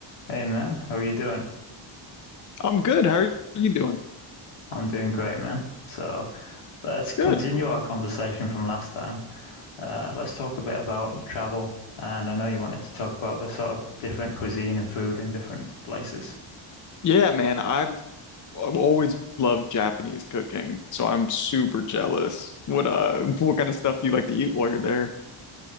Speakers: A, on the left; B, on the left.
A: Hey man, how are you doing?
B: I'm good. How are you doing?
A: I'm doing great, man. So let's continue
B: Good.
A: our conversation from last time. Uh, let's talk a bit about travel, and I know you wanted to talk about the sort of different cuisine and food in different places.
B: Yeah, man. I've I've always loved Japanese cooking, so I'm super jealous. What uh, <laughs> what kind of stuff do you like to eat while you're there?